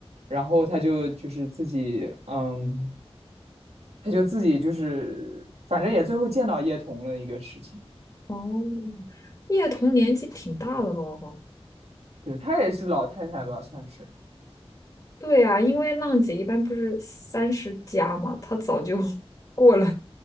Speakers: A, on the right; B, on the left.
A: 然后她就就是自己，嗯，她就自己就是反正也最后见到叶童了一个事情，
B: 哦，叶童年纪挺大的喽。
A: 对，她也是老太太吧，算是，
B: 对呀，因为浪姐一般不是三十加嘛，她早就 <laughs> 过了，